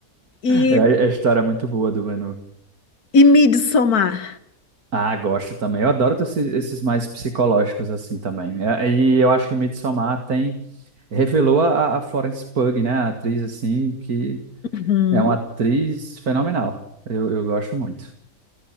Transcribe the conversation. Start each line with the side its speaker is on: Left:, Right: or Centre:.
Left: E,
Right: É, a história é muito boa do menu.
Left: e Midsommar.
Right: Ah, gosto também. Eu adoro esses, esses mais psicológicos assim também. É, E eu acho que Midsommar tem revelou a, a Florence Pugh, né, a atriz assim que
Left: Uhum.
Right: é uma atriz fenomenal. Eu, eu gosto muito.